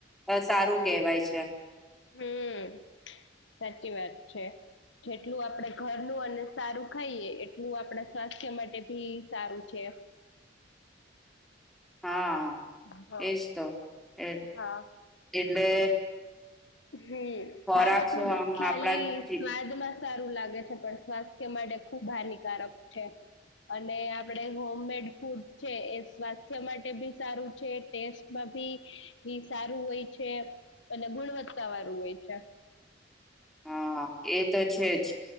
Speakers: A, in the centre; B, on the left.
A: સારું કહેવાય છે
B: હમ્મ સાચી વાત છે, જે ટલું આપડે ઘરનું અને સારું ખાઈએ એટલું આપડા સ્વાસ્થ્ય માટે ભી સારું છે.
A: હા
B: હા
A: એજ તો એટ
B: હા
A: એટલે
B: હમ
A: ખોરાક
B: ફાસ્ટ
A: શું
B: ફૂડ
A: આમ
B: ખાલી
A: આપણા જી-
B: સ્વાદમાં સારું લાગે છે પણ સ્વાસ્થ્ય માટે ખુબ હાનિકારક છે. અને આપડે હોમમેડ ફૂડ છે એ સ્વાસ્થ્ય માટે બી સારું ટેસ્ટમાં ભી સારું હોય છે અને ગુણવત્તા વાળું હોય છે.
A: હા એ તો છે જ